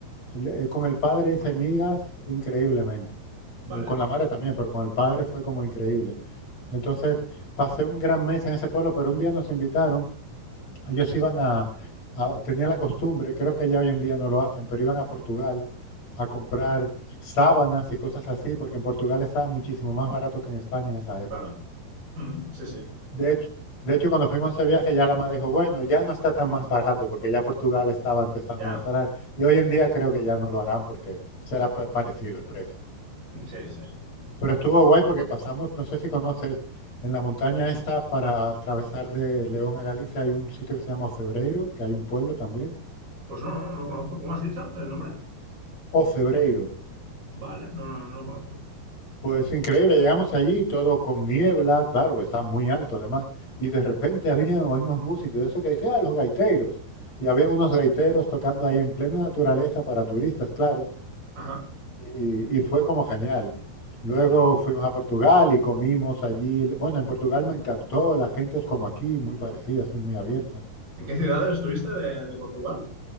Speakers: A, on the left; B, on the right.
A: le- eh, con el padre hice migas increíblemente.
B: Vale.
A: Eh, con la madre también, pero con el padre fue como increíble. Entonces pasé un gran mes en ese pueblo, pero un día nos invitaron ellos iban a, a- tenían la costumbre, creo que ya hoy en día no lo hacen, pero iban a Portugal a comprar
B: Ujú.
A: sábanas y cosas así, porque en Portugal estaba muchísimo más barato que en España en esa época.
B: Claro. Ujú. Sí, sí.
A: De hecho, de hecho, cuando fuimos a ese viaje ya la madre dijo, bueno, ya no está tan más barato, porque ya Portugal estaba empezando
B: Ya.
A: a mejorar. Y hoy en día creo que ya no lo harán porque será pa- parecido el precio.
B: Sí, sí.
A: Pero estuvo guay porque pasamos, no sé si conoces, en la montaña esta para atravesar de León a Galicia hay un sitio que se llama Ocebreiro, que hay un pueblo también.
B: Pues no, no, no lo conozco. ¿Cómo has dicho el nombre?
A: o Cebreiro.
B: Vale, no, no, no lo conozco.
A: Pues increíble, llegamos allí, todo con niebla, claro, está muy alto además, y de repente había, oímos música, y eso que dice, ah, los gaiteros. Y había unos gaiteros tocando ahí en plena naturaleza para turistas, claro,
B: Ajá,
A: y, y fue como genial. Luego
B: qué chulo.
A: fuimos a Portugal y comimos allí. Bueno, en Portugal me encantó, la gente es como aquí, muy parecida, así muy abierta.
B: ¿En qué ciudades estuviste de, de Portugal?